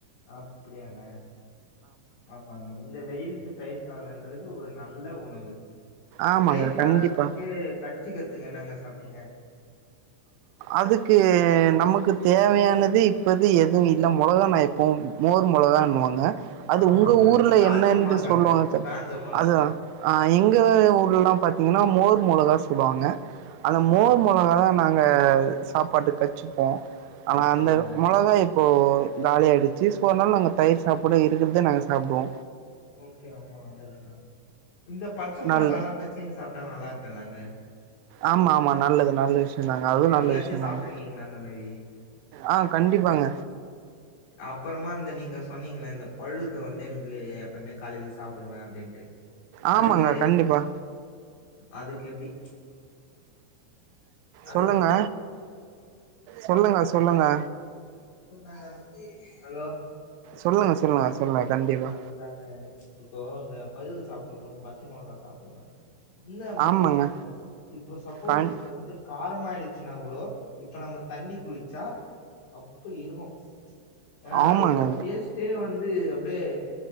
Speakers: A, on the left; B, on the right.
A: அப்படியாங்க ஆமாங்க இந்த வெயிலுக்கு தயிர் சாதன்றது ஒரு நல்ல உணவு
B: ஆமாங்க
A: தயிர் சாதத்துக்கு
B: கண்டிப்பா
A: கடிச்சிக்கிறதுக்கு என்னங்க சாப்ட்டீங்க
B: அதுக்கு நமக்கு தேவையானது இப்போது எதுவு இல்ல மொளகா <unintelligible> மோ மோர் மொளகான்னுவாங்க அது
A: ஆமாங்க
B: உங்க ஊர்ல
A: காஞ்ச
B: என்னன்று
A: மிளகாங்க
B: சொல்லுவாங்க தெர்
A: காஞ்ச மிளகா
B: அதா ஆ எங்க ஊர்லலாம் பாத் எங்கன்னா மோர் மொளகா சொல்லுவாங்க அந்த
A: ஆ ஆ,
B: மோர் மொளகா தா நாங்க சாப்பாட்டு கட்ச்சுப்போ ஆனா
A: அப்படியாங்க
B: அந்த மொளகா இப் போ காலி ஆயிடுச்சு சோ அனால நாங்க தயிர் சாப்பாடு இருக்கிறதே நாங்க சாப்டுவோ
A: ஓகே ரொம்ப நல்லதுங்க இந்த பச்ச மொளகால்லா
B: நல்ல
A: கச்சின்னு சாப்ட்டா நல்லா இருக்கன்லங்க
B: ஆமா ஆமா நல்லது நல்ல விஷ்யந்தாங்க அதுவு
A: என்னைக்காச்சும்
B: நல்ல விஷ்யந்தாங்க
A: சாப்பிட்ருக்கீங்களா அந்த மாதிரி
B: ஆ கண்டிப்பாங்க
A: அப்புறமா இந்த நீங்க சொன்னீங்கல இந்த பழுது வந்து எனக் <unintelligible> எப்பவ்மே காலைல சாப்புடுவே அப்டின்ட்டு
B: ஆமாங்க
A: அதுக்கு
B: கண்டிப்பா
A: அதுக்கு எப்டி அது
B: சொல்லுங்க சொல்லுங்க சொல்லுங்க
A: அது ஹலோ
B: சொல்லுங்க சொல்லுங்க சொல்லுங்க கண்டிப்பா
A: அதுதாங்க இப்போ இந்த பழுது சாப்பிடும் போது பச்ச மொளகா சாப்டுங்க அந்த மாரி
B: ஆமாங்க
A: இருக்குங்க இப்ப சப்போஸ்
B: கண்
A: இது வந்து காரமாயிடுச்சுனா கூடொ இப்ப நம்ம தண்ணி குடுச்சா அப்புடி இருக்கு ஏனா
B: ஆமாங்க
A: அதோட டேஸ்டே வந் து அப் <unintelligible>